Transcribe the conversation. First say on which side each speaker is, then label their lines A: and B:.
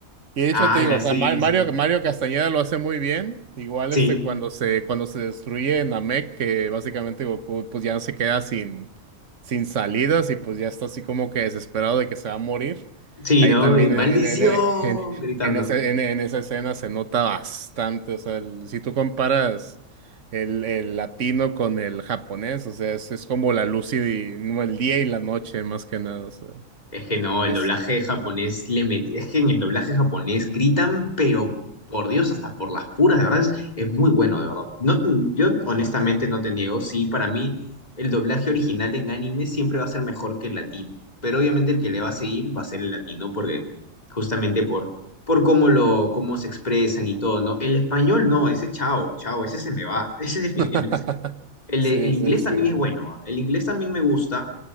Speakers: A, on the right; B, on the left.
A: Y de
B: Ala,
A: hecho te digo, o
B: sí,
A: sea, Ma- Mario,
B: sí.
A: Mario Castañeda lo hace muy bien. Igual
B: Sí,
A: este cuando se, cuando se destruye Namek, que básicamente Goku pues ya no se queda sin, sin salidas y pues ya está así como que desesperado de que se va a morir.
B: sí,
A: Ahí
B: ¿no?
A: también
B: Y maldición,
A: en, en, en, en-
B: gritando.
A: en ese- en- en esa escena se nota bastante. O sea, el- si tú comparas el, el latino con el japonés, o sea, es, es como la luz y no, el día y la noche, más que nada. O sea,
B: Es que no, el
A: es.
B: doblaje japonés le meti- Es que en el doblaje japonés gritan, pero por Dios, hasta por las puras, de verdad, es, es muy bueno, de verdad. No, t- yo honestamente no te niego, sí, para mí el doblaje original en anime siempre va a ser mejor que el latino, pero obviamente el que le va a seguir va a ser el latino, porque justamente por, por cómo lo, cómo se expresan y todo, ¿no? El español no, ese chao, chao, ese se me va, <laughs> ese definitivamente
A: <laughs>
B: el,
A: Sí,
B: el inglés
A: sí, sí.
B: también es bueno, ¿ah? el inglés también me gusta,